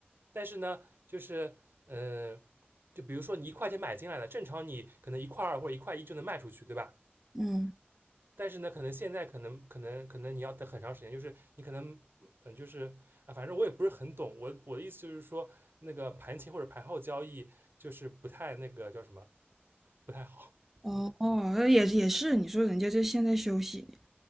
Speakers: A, on the right; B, in the centre.
A: 但是呢，就是呃，就比如说你一块钱买进来了，正常你可能一块二或者一块一就能卖出去，对吧？
B: 嗯，
A: 但是呢，可能现在可能可能可能你要等很长时间，就是你可能嗯，就是啊，反正我也不是很懂。我我的意思就是说，那个盘前或者盘后交易就是不太那个叫什么，不太好。
B: 哦哦，
A: 嗯，
B: 那也也是，你说人家这现在休息，